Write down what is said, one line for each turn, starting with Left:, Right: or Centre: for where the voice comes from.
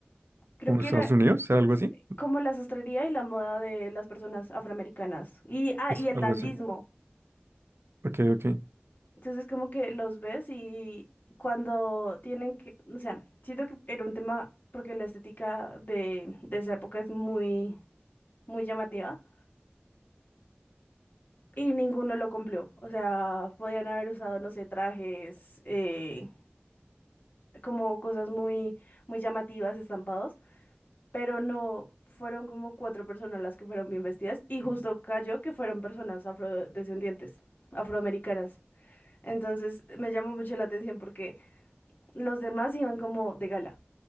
Left: creo
Right: como
Left: que
Right: Estados
Left: era
Right: Unidos, era algo
Left: s-
Right: así.
Left: como la sastrería y la moda de las personas afroamericanas. Y, ah,
Right: Eso,
Left: y el
Right: algo
Left: dandismo.
Right: así. Ok, ok.
Left: Entonces como que los ves y cuando tienen que, o sea, siento que era un tema porque la estética de, de esa época es muy... muy llamativa y ninguno lo cumplió. O sea, podían haber usado, no sé, trajes, eh, como cosas muy, muy llamativas, estampados, pero no fueron como cuatro personas las que fueron bien vestidas y justo cayó que fueron personas afrodescendientes, afroamericanas. Entonces me llamó mucho la atención porque los demás iban como de gala